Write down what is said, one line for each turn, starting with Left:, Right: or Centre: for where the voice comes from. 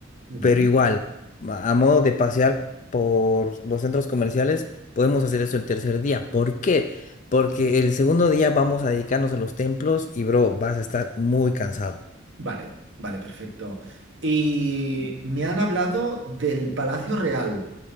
Right: ujú,
Left: Pero igual, a a modo de pasear por los centros comerciales, podemos hacer eso el tercer día. ¿Por qué? Porque el segundo día vamos a dedicarnos a los templos y, bro, vas a estar muy cansado.
Right: Vale, vale, perfecto. Y me han hablado del Palacio Real.